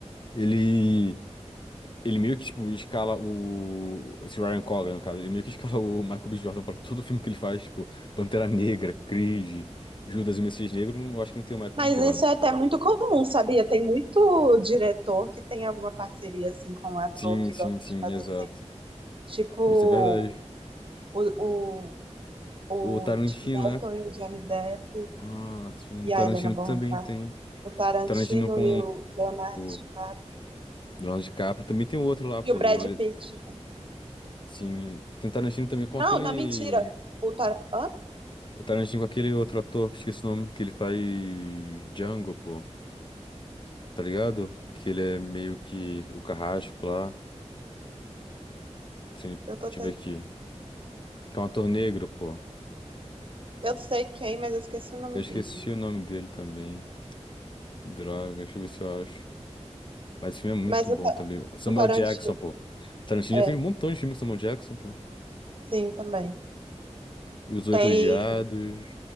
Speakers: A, on the left; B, on the right.
A: ele. Ele meio que, tipo, escala o. Esse Ryan Coogler, no caso, ele meio que escala o Michael B. Jordan pra todo filme que ele faz, tipo, Pantera Negra, Creed, Judas e o Messias Negro, eu acho que não tem o Michael
B: Mas
A: B. Jordan.
B: isso é até muito comum, sabia? Tem muito diretor que tem alguma parceria assim com o ator
A: Sim,
B: que
A: sim,
B: gosta
A: sim,
B: de fazer
A: exato.
B: sempre. Tipo,
A: Isso é verdade.
B: o, o
A: O Tarantino,
B: Tim Burton
A: né?
B: e o Johnny Depp
A: Ah, sim,
B: e
A: o Tarantino
B: a Helena Bonham
A: também
B: Carter,
A: tem.
B: o Tarantino
A: Tarantino com
B: e o Leonardo DiCaprio
A: o Leonardo DiCaprio, também tem outro lá, pô.
B: e o Brad
A: o dire-
B: Pitt.
A: Sim, tem Tarantino também com aquele.
B: Não, não, mentira. O Tar... Hã?
A: O Tarantino com aquele outro ator que eu esqueci o nome, que ele faz Django, pô. Tá ligado? Que ele é meio que o carrasco lá. Assim,
B: Eu tô
A: Deixa
B: te-
A: eu ver aqui. Que é um ator negro, pô.
B: eu sei quem, mas eu esqueci o nome
A: Eu esqueci
B: dele.
A: o nome dele também. Droga, deixa eu ver se eu acho. Mas esse filme é muito
B: Mas o,
A: bom
B: Ta-
A: também. Samuel
B: o Tarantino,
A: Jackson, pô. Tarantino
B: é,
A: já fez um montão de filme com Samuel Jackson, pô.
B: sim, também.
A: Os Oito
B: Tem,
A: Odiados,